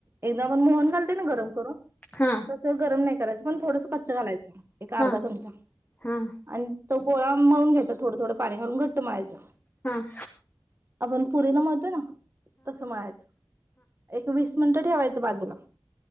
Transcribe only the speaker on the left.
हा
हा हा
हा
हं